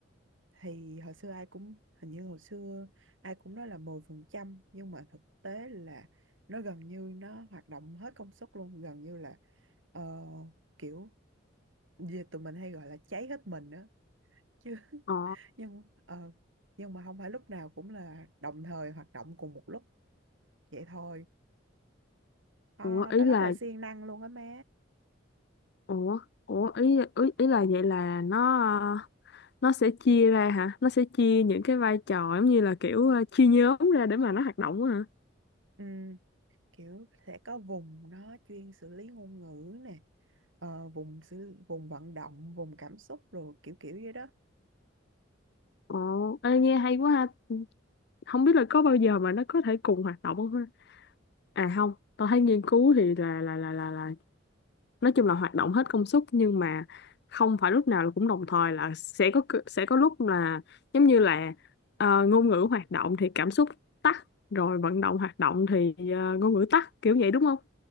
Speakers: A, on the right (about 85°); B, on the left (about 60°).
A: thì hồi xưa ai cũng hình như hồi xưa ai cũng nói là mười phần trăm nhưng mà thực tế là nó gần như nó hoạt động hết công suất luôn gần như là ờ, kiểu về tụi mình hay gọi là cháy hết mình á chứ <laughs>
B: Ờ,
A: nhưng ờ, nhưng mà không phải lúc nào cũng là đồng thời hoạt động cùng một lúc vậy thôi Ờ,
B: ủa
A: nó
B: ý
A: rất
B: là
A: là siêng năng luôn á má
B: ủa ủa ý ý, ý là vậy là nó ờ, nó sẽ chia ra hả? Nó sẽ chia những cái vai trò giống như là kiểu ờ, chia nhóm ra để mà nó hoạt động á hả?
A: ừ kiểu sẽ có vùng nó chuyên xử lý ngôn ngữ nè ờ, vùng xử, vùng vận động vùng cảm xúc rồi kiểu kiểu vậy đó
B: Ồ, ê, nghe hay quá ha. Không biết là có bao giờ mà nó có thể cùng hoạt động không ha? À không, tôi thấy nghiên cứu thì là là là là là nói chung là hoạt động hết công suất nhưng mà không phải lúc nào là cũng đồng thời là sẽ có cự- sẽ có lúc là giống như là ờ, ngôn ngữ hoạt động thì cảm xúc tắt rồi vận động hoạt động thì ờ, ngôn ngữ tắt kiểu vậy đúng không?